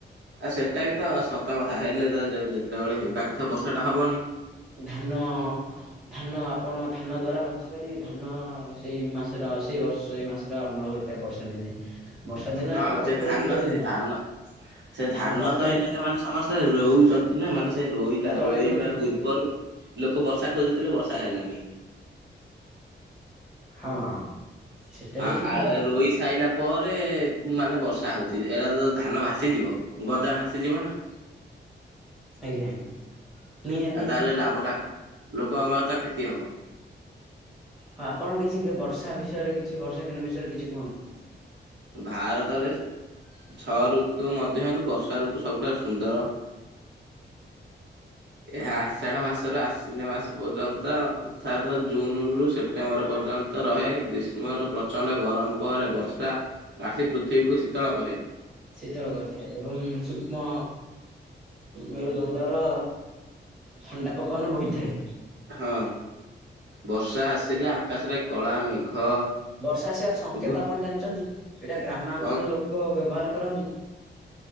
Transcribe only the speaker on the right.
ଆ ସେଟା ବି ତ ସତ କଥା ହେଲେ ତ ଯେତେବେଳେ ହେବା କଥା ବର୍ଷା ଟା ହବନି।
ହଁ
ଯେ ଧାନ
ଯେ ଧାନ ଧାନ
ତ ଏଇନାକେ ସେ ମାନେ ସମସ୍ତେ ରହୁଛନ୍ତି ନା ମାନେ ସେ ରୋଇଲା
ରୋଇବା
ପୂର୍ବରୁ
ଲୋକ ବର୍ଷା ଖୋଜୁଥିଲେ ବର୍ଷା ହେଲାନି।
ଆ
ଅଁ
ରୋଇସା ସାଇଲା ପରେ ମାନେ ବର୍ଷା ହଉଛି ଏଟା ତ ଧାନ ଭାସିଯିବ ଗଜା ଭାସିଯିବ ନା?
ଆଉ ତାହେଲେ ଲାଭ ଟା କଣ ଲୋକଙ୍କର ତ କ୍ଷତି ହବ।
ଭାରତରେ ଛଅ ଋତୁ ମଧ୍ୟରୁ, ବର୍ଷା ଋତୁ ସବୁଠାରୁ ସୁନ୍ଦର। ଏହା ଆଷାଢ ମାସର ଆସୀନ ମାସ ପର୍ଯ୍ୟନ୍ତ ଅର୍ଥାତ ଜୁନ୍ ରୁ ସେପ୍ଟେମ୍ବର ପର୍ଯ୍ୟନ୍ତ ତ ରହେ। ଗ୍ରୀଷ୍ମର ପ୍ରଚଣ୍ଡ ଗରମ ପରେ ବର୍ଷା ଆସି ପୃଥିବୀକୁ ଶୀତଳ କରେ।
ହଁ ବର୍ଷା ଆସିଲା ଆକାଶରେ କଳା ମେଘ
ଘୋ-
କଣ